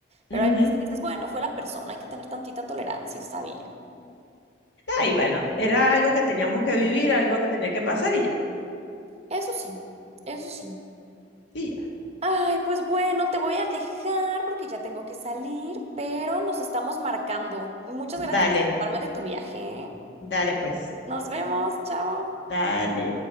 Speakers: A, on the left (about 75°); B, on the right (about 35°).
A: ujú.
B: Pero hay veces que dices, bueno, fue la persona, hay que tener tantita tolerancia, está bien.
A: Ah, y bueno, era algo que teníamos que vivir, algo que tenía que pasar y ya.
B: Eso sí, eso sí.
A: Y ya.
B: Ay, pues bueno, te voy a dejar porque ya tengo que salir, pero nos estamos marcando. Muchas
A: Dale.
B: gracias por contarme de tu viaje. ¿eh?
A: Dale pues,
B: Nos vemos, chao.
A: dale.